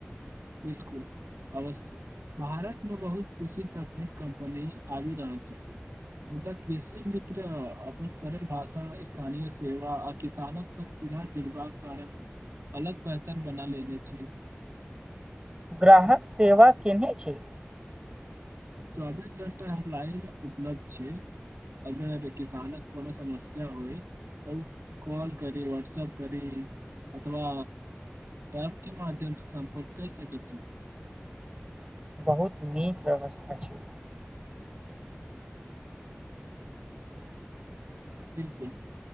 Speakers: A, on the right (about 85°); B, on the right (about 25°).
A: बिलकुल। अवश्य भारत मे बहुत कुषि तकनीक कम्पनी आबि रहल। मुदा कृषि मित्र! अपन सरल भाषा स्थानीय सेवा आ किसानक सब सीधा जुड़बाक कारण अलग पहचान बना लेने छै।
B: ग्राहक सेवा केने छै।
A: चौबीस घण्टा लाइन उपलब्ध छै। अगर किसानक कोनो समस्या होइ। त कॉल करी वहट्सप करी अथवा। प के मध्यम से संपर्क कहि सकैत छै।
B: बहुत नीक व्यवस्था छै।
A: 'बिलकुल'